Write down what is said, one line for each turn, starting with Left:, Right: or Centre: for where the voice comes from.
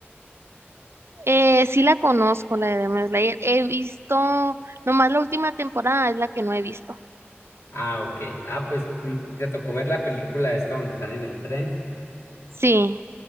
Right: Eh, sí la conozco, la de Demon Slayer. He visto, nomás la última temporada es la que no he visto.
Left: Ah, ok. Ah, pues mm, te tocó ver la película esta donde están en el tren.
Right: Sí,